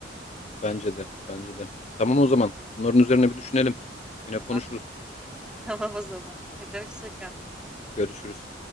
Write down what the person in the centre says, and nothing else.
Tamam.
<laughs> Tamam o zaman. Hadi hoşça kal.